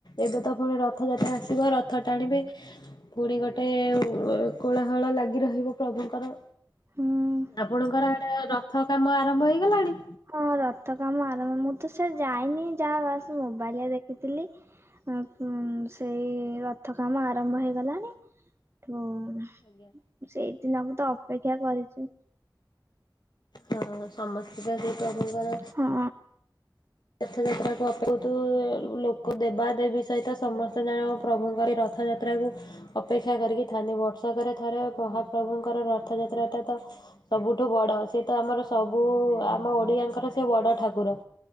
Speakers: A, on the left; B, on the right.
A: ଏବେ ତ ପୁଣି ରଥଯାତ୍ରା ଆସିବ, ରଥ ଟାଣିବେ। ପୁଣି ଗୋଟେ କୋଳାହଳ ଲାଗି ରହିବ ପ୍ରଭୁଙ୍କର।
B: ହୁଁ।
A: ଆପଣଙ୍କର ଆଡେ ରଥ କାମ ଆରମ୍ଭ ହେଇଗଲାଣି?
B: ହଁ ରଥ କାମ ଆରମ୍ଭ, ମୁଁ ତ ସିଆଡେ ଯାଇନି, ଯାହା ବାସ ମୋବାଇଲରେ ଦେଖିଥିଲି। <unintelligible> ସେଇ ରଥ କାମ ଆରମ୍ଭ ହେଇଗଲାଣି <unintelligible>
A: ଆଜ୍ଞା।
B: ସେଇଦିନକୁ ତ ଅପେକ୍ଷା କରିଚୁ।
A: ହଁ, ସମସ୍ତେ ତ ସେଇ ପ୍ରଭୁଙ୍କର
B: ହଁଁ ଅଁ।
A: ରଥଯାତ୍ରାକୁ ଅପଉତୁ ଲୋକ ଦେବା ଦେବୀ ସହିତ ସମସ୍ତେ ଜାଣ ପ୍ରଭୁଙ୍କର ଏଇ ରଥଯାତ୍ରା ଯାତ୍ରାକୁ ଅପେକ୍ଷା କରିକି ଥାଆନ୍ତି, ବର୍ଷକରେ ଥରେ ମହାପ୍ରଭୁଙ୍କର ରଥଯାତ୍ରାଟା ତ ସବୁଠୁ ବଡ, ସେ ତ ଆମର ସବୁ, ଆମ ଓଡ଼ିଆଙ୍କର ସେ ବଡ଼ ଠାକୁର।